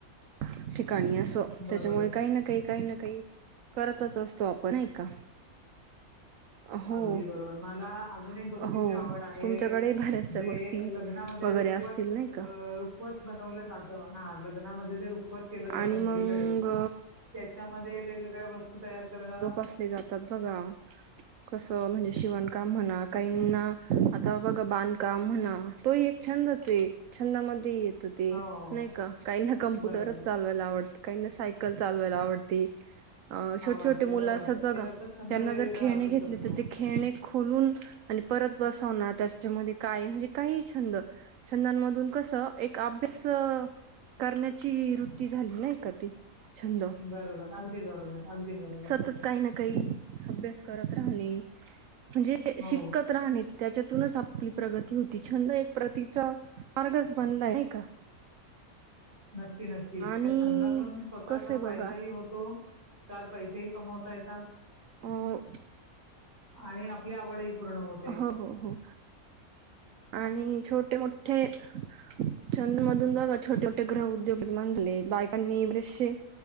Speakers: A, on the right; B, on the right.
A: <unintelligible> काही असो त्याच्यामुळे
B: बरोबर
A: काही ना काही काही ना काही करतच असतो आपण नाही का? हो
B: अगदी बरोबर मला अजून एक
A: हो
B: गोष्टीची
A: हो
B: आवड आहे
A: तुमच्याकडे बऱ्याचशा
B: जे
A: गोष्टी
B: लग्नामध्ये
A: वगैरे
B: ते रुखवत
A: असतील
B: अ
A: नाही का
B: रुखवत बनवल जात हा लग्नामध्ये लग्नामध्ये जे रुखवत केलं जात,
A: आणि
B: मुलीकडे
A: मग
B: त्याच्यामध्ये वेगवेगळ्या वस्तू तयार करणं
A: हे जातात बघा कस म्हणजे <unintelligible> विणकाम म्हणा कहीना बांधकाम म्हणा तो एक छंदच आहे. <unintelligible> मध्ये येत ते
B: हो,
A: नाही का, काहींना कॅम्पुटर
B: बरोबर.
A: चालवायला आवडतं काहींना सायकलच सायकल चालवायला आवडती, अ
B: आवडते,
A: छोटे छोटे
B: बरोबर.
A: मुले असतात
B: प्रत्येकाचा
A: बघा
B: छंद
A: त्यांना
B: वेगवेगळा
A: जर खेळणे
B: असू
A: घेतले,
B: शकतो.
A: तर ते खेळणे खोलून आणि परत बसवणार त्याच्यामध्ये काय म्हणजे, काही छंद छंदांमधून कस एक अभ्यास करण्याचा ची रूती झाली नाही का ती? छंद
B: बरोबर अगदी बरोबर अगदी बरोबर.
A: सतत काही ना काही अभ्यास करत राहणे म्हणजे,
B: हो,
A: शिकत राहणे त्याच्यातूनच आपण आपली प्रगती होती, छंद एक प्रगतीचा मार्गच बनलाय नाही का?
B: नक्की नक्कीच
A: आणि
B: त्या छंदातून स्वतःचा
A: कसं आहे
B: फायदा
A: बघा
B: ही होतो. चार पैसेही कमावता येतात.
A: अ
B: आणि आपली आवडही पूर्ण होत
A: हो हो हो, आणि छोटे मोठे छंदमधून बघा छोटे छोटे गृह उद्योग निर्माण झाले, बायकांनी बरेचसे